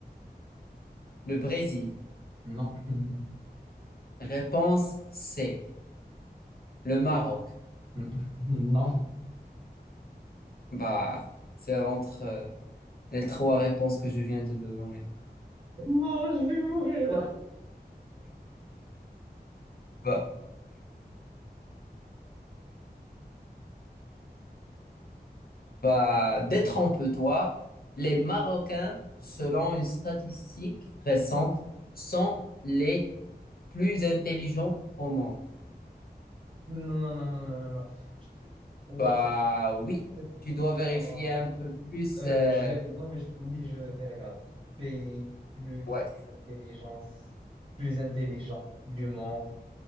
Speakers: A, on the left; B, on the right.
A: le Brésil.
B: non. <laughs>
A: Réponse C, le Maroc.
B: Mm. <laughs> Non.
A: Bah, c'est entre euh, les trois réponses que je viens de te donner.
B: Non, je vais mourir là.
A: Bah, bah, détrompe-toi. Les Marocains, selon une statistique récente, sont les plus intelligents au monde.
B: Non, non, non, non, non, non. non. Je te- Ouah,
A: Bah oui,
B: c'est-
A: tu
B: ouah.
A: dois vérifier un peu plus.
B: Euh,
A: euh,
B: je vais. Non, mais je- oui, je vais regarder. Pays plus
A: Ouais,
B: intelligence, plus intelligent du monde.